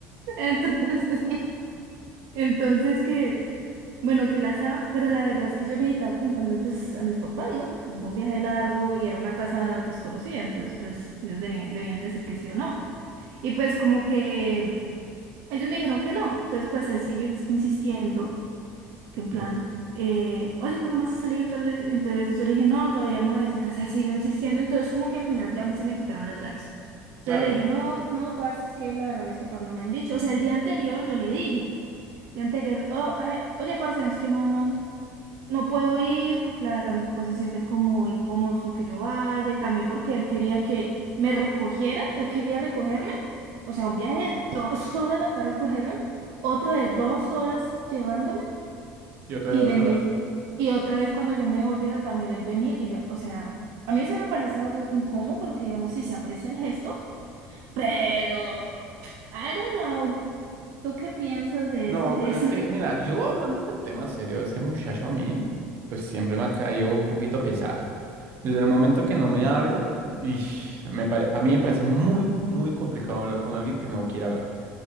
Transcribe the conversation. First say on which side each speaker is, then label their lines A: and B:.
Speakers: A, on the right; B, on the right.
A: Entonces, <laughs> entonces que. Bueno, que las ha pero la verdad es que yo necesitaba preguntarme pues a mis papás, ¿no? Porque pues era un viaje largo y era una casa desconocida, entonces pues ellos deni- debían decir que sí o no. Y pues como que ellos me dijeron que no, entonces pues él siguió ins- insistiendo, que en
B: sí,
A: plan, eh, oye, ¿cuándo vas a salir? Tal- Entonces yo le dije, no, todavía no es, entonces él siguió insistiendo, entonces como que al final ya a mí se me quitaron las ganas. Entonces
B: claro.
A: le dije, no, no, parce, es que la verdad mis papás no me han dicho, o sea, el día anterior yo le dije, el día anterior, "Oh, ah, oye, parce, es que no. No puedo ir porque la verdad mis papás se sienten como incómodos con que yo vaya y también porque él quería que me recogiera, él quería recogerme, o sea, un viaje de dos <laughs> horas acá a recogerme, otro de dos horas llevándome
B: Y otra
A: y
B: de dos
A: de
B: horas.
A: mi, y otra vez cuando yo me devolviera también él venir y yo, o sea, a mí se me parece algo incómodo porque digamos sí se aprecia el gesto, pero I don't know, ¿tú qué piensas de
B: No,
A: ese gesto?
B: pero es que, mira, yo hablando de temas serios, ese muchacho a mí, pues siempre me ha caído un poquito pesado. Desde el momento que no me habla, ish, me pare- a mí me parece muy, muy complicado hablar con alguien que no quiere hablar,